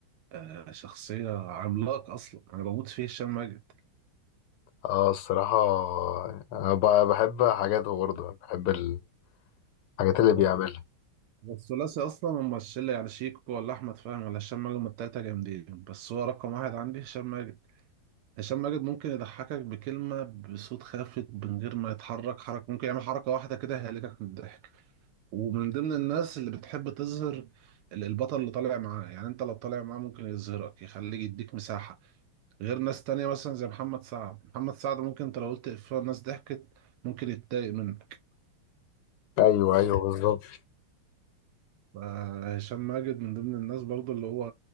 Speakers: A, on the right (about 85°); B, on the left (about 85°).
A: آه شخصية عملاق اصلا انا بموت فيه هشام ماجد
B: اه الصراحة انا ب- بحب حاجاته برضه بحب الحاجات اللي
A: هو
B: بيعملها
A: هو الثلاثي اصلا هم الشلة يعني شيكو ولا احمد فهمي ولا هشام ماجد هم التلاتة جامدين بس هو رقم واحد عندي هشام ماجد هشام ماجد ممكن يضحكك بكلمة بصوت خافت من غير ما يتحرك حركة ممكن يعمل حركة واحدة كده هيهلكك من الضحك ومن ضمن الناس اللي بتحب تظهر ال- البطل اللي طالع معاه يعني انت لو طالع معاه ممكن يظهرك يخليك يديك مساحة غير ناس تانية مثلا زي محمد سعد محمد سعد ممكن انت لو قلت إفيه الناس ضحكت ممكن يتضايق منك
B: ايوه ايوه <laughs> بالظبط
A: آه، هشام ماجد من ضمن الناس برضو اللي هو